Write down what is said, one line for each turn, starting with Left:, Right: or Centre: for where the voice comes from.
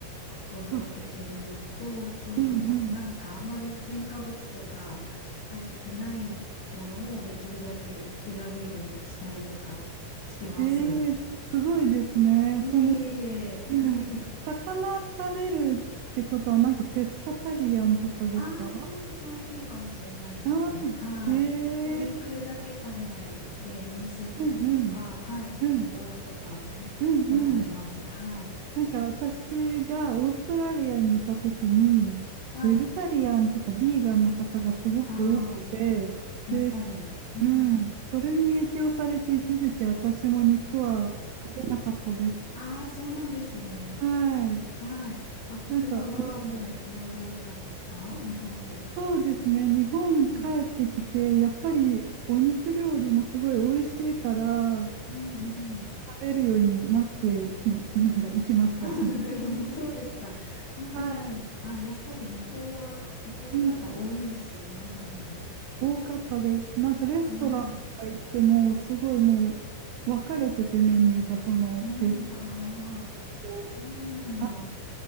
Left: 心がけてるのと、
Right: あ、
Left: そうそう。
Right: うんうん。
Left: あとなんかあんまり添加物とか入ってないものをできるだけ選ぶようにしたりとかしてます。
Right: ええすごいですね。
Left: いえいえいえ。
Right: その、<laughs>
Left: <laughs>
Right: 魚食べるってことは、なんかペスカタリアンとかですか
Left: ああ、そう、そういうのかもしれないですね。
Right: ああー、
Left: はい。
Right: ええ
Left: お肉だけ食べないで、乳製品とか、
Right: うんうん、
Left: はい。
Right: うん、
Left: お豆腐とかは食べます。
Right: うんうん。
Left: はい。
Right: なんか私がオーストラリアにいた時にベジタリアンとかビーガンの方がすごく多くてです、
Left: はい。ああ、やっぱり。うん。
Right: うん、それに影響されて一時期私も肉は食べなかったです。
Left: ああ、そうなんですね。
Right: はい。
Left: はい。あ、
Right: なんか、
Left: 今はもう戻られたんですか日本で。
Right: うん、そうですね。日本帰ってきて、
Left: うん。
Right: やっぱりお肉料理もすごい美味しいから、
Left: うんうん。
Right: 食べるようになってき、なんか行きましたし。
Left: あ <laughs> そうですか。うんうん。
Right: はい。
Left: あ、やっぱり向こうは、向こうの方多いんですね、
Right: うん
Left: 日本より。
Right: 多かったです。なんかレストランとか行っても、
Left: うん。
Right: すごいもう分かれててメニューがそのベジタ
Left: うん。ああ、
Right: リアン用と、
Left: そうなんだ。
Right: あ